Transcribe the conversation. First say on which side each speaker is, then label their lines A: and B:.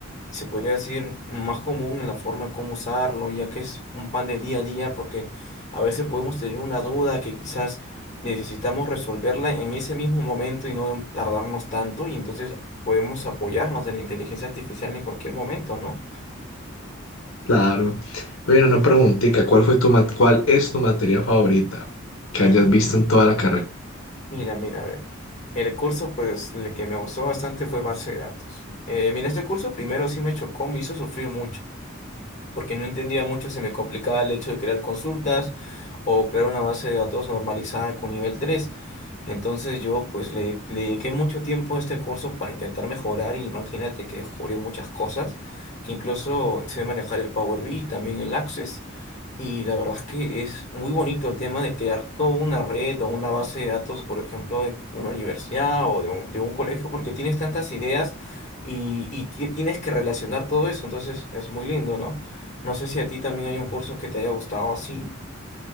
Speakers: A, on the left; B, on the left.
A: se podría decir, más común en la forma como usarlo, ya que es un pan del día a día, porque a veces podemos tener una duda que quizás necesitamos resolverla en ese mismo momento y no tardarnos tanto, y entonces podemos apoyarnos en la inteligencia artificial en cualquier momento, ¿no?
B: Claro. Bueno, una preguntita, ¿cuál fue tu ma- cuál es tu materia favorita que
A: Mm,
B: hayas visto en toda la carrera?
A: mira, mira, a ver. El curso, pues, el que me gustó bastante fue base de datos. Eh, mira, este curso primero sí me chocó, me hizo sufrir mucho, porque no entendía mucho, se me complicaba el hecho de crear consultas. o crear una base de datos normalizada con nivel tres Entonces yo pues le, le dediqué mucho tiempo a este curso para intentar mejorar y imagínate que descubrí muchas cosas, que incluso sé manejar el Power BI, también el Access. Y la verdad es que es muy bonito el tema de crear toda una red o una base de datos, por ejemplo, de una universidad o de un, de un colegio, porque tienes tantas ideas y, y ti- tienes que relacionar todo eso. Entonces es muy lindo, ¿no? No sé si a ti también hay un curso que te haya gustado así.